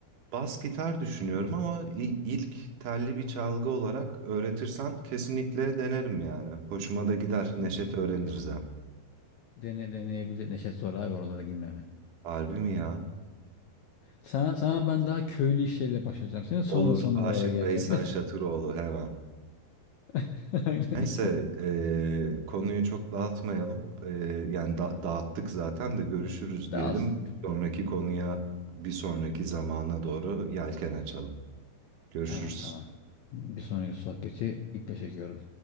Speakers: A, on the right; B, on the left.
A: Bas gitar düşünüyorum ama i- ilk telli bir çalgı olarak öğretirsen kesinlikle denerim yani. Hoşuma da gider. Neşet
B: <laughs>
A: öğreniriz hem.
B: Dene, deneyebilir. Neşet zor abi oralara girmemek.
A: Harbi mi ya?
B: Sana, sana ben daha köylü işleriyle başlayacağım. senin sonra
A: Olur.
B: son
A: Aşık
B: oralara geleceğim.
A: Veysel Şatıroğlu hemen.
B: <laughs> Aynen.
A: Neyse eee, konuyu çok dağıtmayalım. Eee, yani da-
B: Tamam.
A: dağıttık zaten de görüşürüz
B: Dağılsın.
A: diyelim. Bir sonraki konuya bir sonraki zamana doğru yelken açalım. Görüşürüz.
B: Tamam tamam. Bir sonraki sohbeti iple çekiyorum.